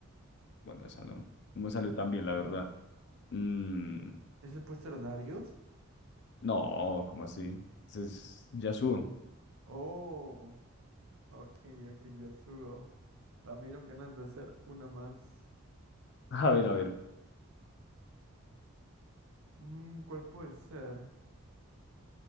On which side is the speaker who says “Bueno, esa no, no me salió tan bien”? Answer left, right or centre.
Left